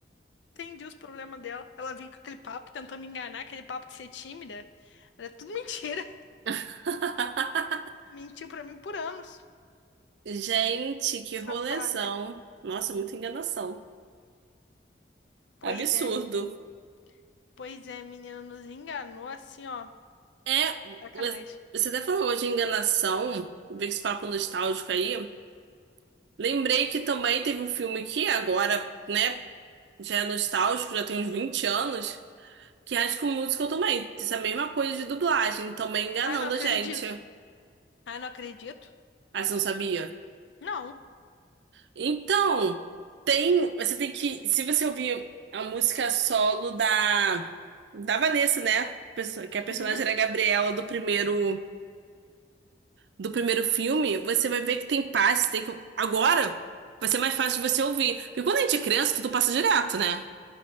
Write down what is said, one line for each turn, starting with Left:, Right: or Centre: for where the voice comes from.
Left: entendi os problemas dela. Ela veio com aquele papo, tentou me enganar, aquele papo de ser tímida. Era tudo <laughs> mentira.
Right: <laughs>
Left: Mentiu pra mim por anos.
Right: Gente, que
Left: Que Safada.
Right: rolezão. Nossa, muita enganação.
Left: Pois
Right: Absurdo.
Left: é, menino. Pois é, menino, nos enganou assim, ó.
Right: É,
Left: Sacanagem.
Right: você você até falou hoje de enganação, veio esse papo nostálgico aí. Lembrei que também teve um filme que agora, né, já é nostálgico, já tem uns 20 anos, que é High School Musical também. Essa mesma coisa de dublagem, também enganando
Left: Ai, não acredito.
Right: a gente.
Left: Ai, não acredito.
Right: Ah, você não sabia?
Left: Não.
Right: Então, tem, você tem que, se você ouvir a música solo da da Vanessa, né? Perso- Que a personagem
Left: Uhum.
Right: era a Gabriela do primeiro do primeiro filme, você vai ver que tem passe, tem que agora vai ser mais fácil de você ouvir. Porque quando a gente é criança, tudo passa direto, né?